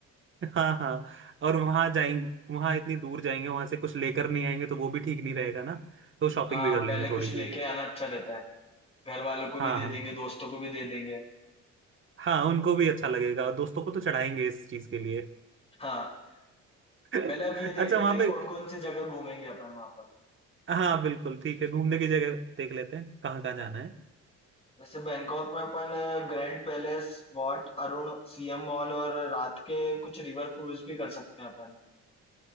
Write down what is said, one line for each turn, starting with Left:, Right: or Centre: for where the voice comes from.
Right: हाँ हाँ और वहां जाएंगे वहां इतनी दूर जाएंगे वहां से कुछ लेकर नहीं आएंगे तो वो भी ठीक नहीं रहेगा ना तो शॉपिंग
Left: हाँ
Right: भी कर लेंगे
Left: पहले
Right: थोड़ी
Left: कुछ लेके
Right: सी
Left: आना अच्छा रहता है घर वालों को भी
Right: हाँ
Left: दे
Right: हाँ
Left: देंगे दोस्तों को भी दे देंगे
Right: हाँ उनको भी अच्छा लगेगा और दोस्तों को तो चढ़ाएंगे इस चीज के लिए
Left: हाँ
Right: <laughs>
Left: पहले अब ये देख
Right: अच्छा
Left: लेते
Right: वहां
Left: हैं
Right: पे
Left: कौन कौन सी जगह घूमेंगे अपन वहां पर
Right: हाँ बिल्कुल ठीक है घूमने की जगह देख लेते हैं कहाँ कहाँ जाना है
Left: वैसे बैंकॉक में अपन grand palace Wat Arun CM mall और रात के कुछ रिवर क्रूज भी कर सकते हैं अपन